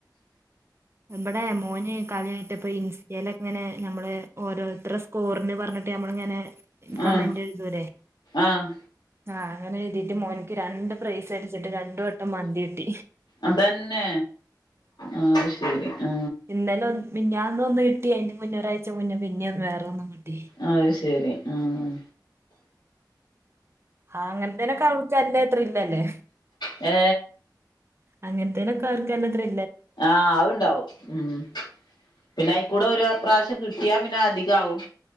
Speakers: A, on the right; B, on the left.
A: ഇവടൊ മോന് കളിഴിട്ടഇപ്പം ഇൻസ്റ്റയിലക്കങ്ങനെ നമ്മള് ഓരോരുതരെ സ്കോറിന് പറഞ്ഞിട്ട് നമ്മൾ ഇങ്ങനെ കമന്റ്
B: ആഹ്
A: എഴുതുല്ലേ
B: ആഹ്
A: ആഹ് അങ്ങനെ എഴുതിട്ട് മോനിക്ക് രണ്ട് പ്രൈസ് അടിച്ചിട്ട് രണ്ടു വട്ടം മന്തി കട്ടി
B: അതന്നെ ആഹ് ശരി ആ
A: ഇന്നലെ ഒന്ന് മിനിഞ്ഞാന്ന് ഒന്ന്കിട്ടി അതിന്റെ മുന്നേ ഒരാഴ്ച മുന്നേ പിന്നെ വേറെ ഒന്നും കിട്ടി
B: അത് ശെരി ആഹ്
A: ആഹ് അങ്ങനെത്തേനെക്ക അവൾക്ക് നല്ല ത്രില്ലല്ലേ
B: ഏ
A: അങ്ങനത്തനൊക്കെ അവർക്ക നല്ല ത്രി
B: ആഹ് അതുണ്ടാവും ഉം പിന്നെ ആയിക്കൂടെ ഒരുപ്രാവശ്യം കിട്ടിയാ പിന്നെ അധികം ആവും